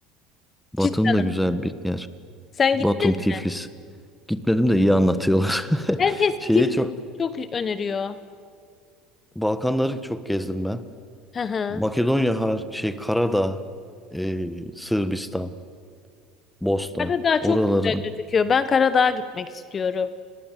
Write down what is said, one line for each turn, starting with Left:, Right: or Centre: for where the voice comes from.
Centre: Batum
Left: Cidden.
Centre: da güzel bir yer.
Left: Sen
Centre: Batum,
Left: gittin
Centre: Tiflis.
Left: mi?
Centre: Gitmedim de iyi anlatıyorlar.
Left: Herkes
Centre: <laughs> Şeye
Left: Tiflis
Centre: çok
Left: çok öneriyor.
Centre: Balkanları çok gezdim ben.
Left: Hı hı.
Centre: Makedonya har şey Karadağ, e, Sırbistan, Bosna.
Left: Karadağ çok
Centre: Oraları
Left: güzel gözüküyor. Ben Karadağ'a gitmek istiyorum.